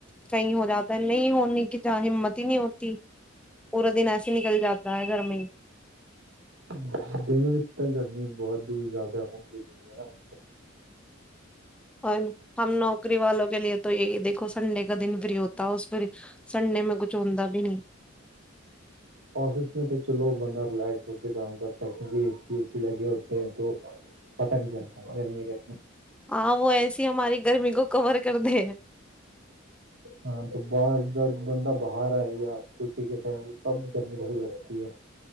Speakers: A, in the centre; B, on the right.
A: ਕਈ ਹੋ ਜਾਂ ਤਾ ਨਹੀਂ ਹੋਨੀ ਕਿੰਦਾ ਹਿੰਮਤ ਨਹੀਂ ਹੋਤੀ ਪੂਰਾ ਦਿਨ ਐਸੇ ਨਿਕਲ ਜਾਤਾ ਹੈ ਘਰ ਮੇ ਹੀ।
B: ਹੂੰ, ਦਿਨ ਵਿੱਚ ਤਾਂ ਗਰਮੀ ਬਹੁਤ ਹੀ ਜ਼ਿਆਦਾ ਹੁੰਦੀ ਹੈ ਯਾਰ।
A: ਹਾਂਜ ਹਮ ਨੌਕਰੀ ਵਾਲੋਂ ਕੇ ਲੀਯੇ ਤੋ ਯਹੀ ਦੇਖੋ ਸੰਡੇ ਕਾ ਦਿਨ ਫਰੀ ਹੋਤਾ ਉਸ ਪਰ ਹੀ ਸੰਡੇ ਮੈਂ ਕੁਝ ਹੁੰਦਾ ਬੀ ਨਹੀਂ।
B: ਓਫੀਸ ਮੇ ਤੋਂ ਚਲੋ ਬੰਦਾ ਰਿਲੈਕਸ ਹੋ ਕੇ ਕਾਮ ਕਰਤਾ ਹੈ ਕਿਉਂਕਿ ਏਸੀ ਉਸੀ ਲਗੇ ਹੋਤੇ ਹੈ ਤੋ ਪਤਾ ਨਹੀਂ ਚਲਤਾ ਗਰਮੀ ਕਾ।
A: ਹਾਂ ਉਹ ਐਸੀ ਹਮਾਰੀ ਗਰਮੀ ਕੋ ਕਵਰ ਕਰਦੇ।
B: ਹਾਂ ਤੋਂ ਬਾਹਰ ਜਦ ਬੰਦਾ ਬਾਹਰ ਆਈਆ ਛੁੱਟੀ ਕੇ ਟਾਈਮ ਤਬ ਗਰਮੀ ਬੜੀ ਲਗਦੀ ਹੈ।